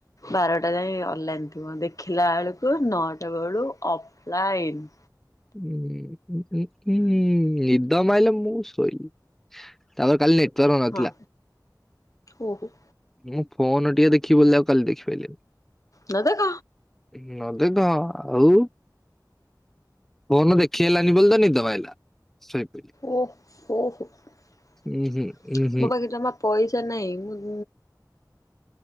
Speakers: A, on the left; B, in the centre.
A: ବାରଟା ଯାଏ ଅନଲାଇନ୍ ଥିବ ଦେଖିଲା ବେଳକୁ ନଅଟା ବେଳୁ ଅଫଲାଇନ୍।
B: ହୁଁ, ହୁଁ, ହୁଁ ।ନିଦ ମାଇଲେ ମୁଁ ସୋଇଲି। ତାପରେ କାଲି ନେଟୱର୍କ ନଥିଲା।
A: ହଁ ଓହୋ।
B: ମୁଁ ଫୋନ ଟିକେ ଦେଖିବି ବୋଲି ଆଉ କାଲି ଦେଖିପାରଲିନି
A: ନ ଦେଖ
B: ନ ଦେଖ ଆଉ ଫୋନ ଦେଖି ହେଲାନି ବୋଲି ତ ନିଦ ମାଇଲା। ଶୋଇପଇଲି
A: ଓ ହୋ ମୋ
B: ଉଁ ହୁଁ ଉଁ ହୁଁ।
A: ପାଖରେ ଜମା ପଇସା ନହିଁ। ମୁଁ